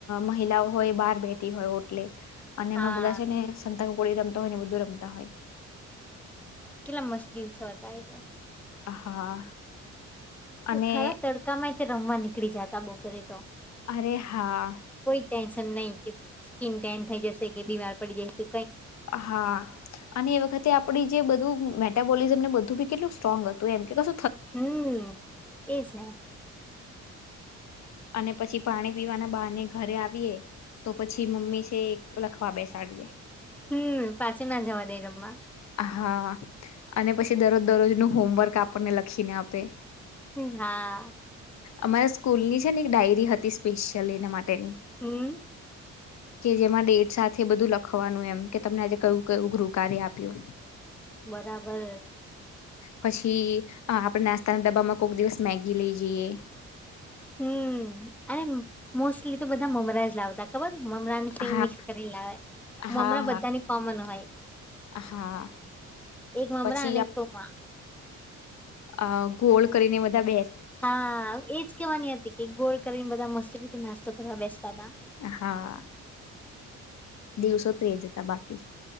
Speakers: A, on the left; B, in the centre.
A: મહિલાઓ હોય બહાર બેઠી હોય હોટલે અને
B: હા
A: એમાં બધા છે ને સંતાકો કોળી રમતા હોય ને બધું રમતા હોય
B: કેટલા મસ્ત દિવસો હતાય
A: હ હા અને
B: ખરા તડકા માં તે રમવા નીકળી જતા બપોરે તો
A: અરે હા
B: કોઈ ટેન્શન નહીિ કે સ્કીિન ટેન થઈ જશે કે બીમાર પડી જશે
A: હા અને એ વખતે આપડી જે બધું ોલીઝ નેધુંી કેટલ સ્ટ્રોંગ હતું એમ કે કું
B: હમ એ છે
A: અને પછી પાણી પીવાના બહાર ને ઘરે આવીએ તો પછી મમ્મી છે લખવા બેસાડી દે
B: હમ પાછ ના જવા દે રમમાં
A: હા અને પછી દરરોજ દરરોજ નું હોમવર્ક આપણને લખીને આપે
B: હમ હા
A: અમારા સ્કૂલની છે ને એક ડાયરી હતી સ્પેશિયલી એના માટેની
B: હમમ
A: કે જેમાં ડેટ સાથે બધું લખવાનું એમ કે તમને આજે કયું કવું ગૃહ કાર્ય આપ્યું
B: બરાબર
A: પછી આપણે નાસ્તાના ડબ્બામાં કોઈક દિવસ મેગી લઈ જઈએ
B: હમ અને મોસ્ટલી તો બધા મમરાજ લાવતા ખબર મમરાનું શ
A: હા
B: મિક્સ કરી લેવાય મમરા
A: હા
B: બધાની
A: હા
B: કોમન હોય
A: હા
B: એક મમરા
A: પછી
B: અને તોમાં
A: અ ગોળ કરીને બધા બેસ
B: હા એજ કેવાની હતી કે ગોળ કરીને બધા મસ્ત રીતે નાસ્તો કરવા બેસ તદા
A: હા દિવસો તો એ જ હતા બાકી